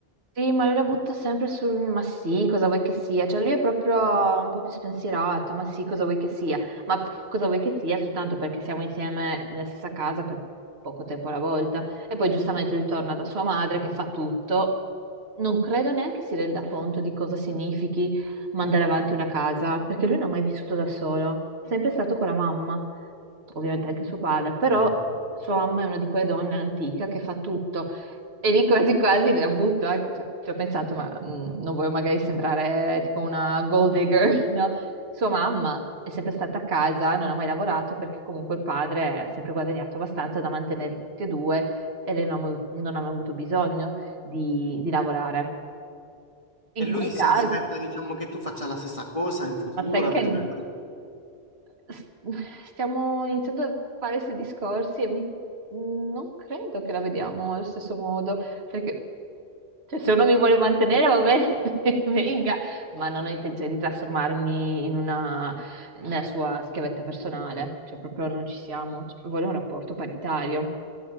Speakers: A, on the right; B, on the left.
A: Sì, ma lui la butta sempre sul ma sì, cosa vuoi che sia? Cioè lui è proprio un po' più spensierato, ma sì, cosa vuoi che sia? Ma p- cosa vuoi che sia? Soltanto perché siamo insieme nella stessa casa per poco tempo alla volta. E poi giustamente lui torna da sua madre che fa tutto. Non credo neanche si renda conto di cosa significhi mandare avanti una casa, perché lui non ha mai vissuto da solo, è sempre stato con la mamma, ovviamente anche suo padre, però
B: Mm.
A: sua mamma è una di quelle donne antica che fa tutto. E lì quasi quasi le ha avuto, anche- cioè, ci ho pensato, ma mm, non voglio magari sembrare tipo una gold digger, <laughs> no? Sua mamma è sempre stata a casa, non ha mai lavorato perché comunque il padre ha sempre guadagnato abbastanza da mantenerli tutti e due e lei non ha, mai non ha mai avuto bisogno di, di lavorare. In
B: E lui
A: quel caso,
B: si aspetta, diciamo, che tu faccia la stessa cosa in futuro,
A: ma sai che
B: avete una...
A: s- stiamo iniziando a fare questi discorsi e mi- non credo che la vediamo allo stesso modo, perché cioè, se uno mi vuole mantenere va bene, <laughs> venga, ma non ho intenzione di trasformarmi in una, nella sua schiavetta personale, cioè proprio non ci siamo, Cioè, voglio un rapporto paritario.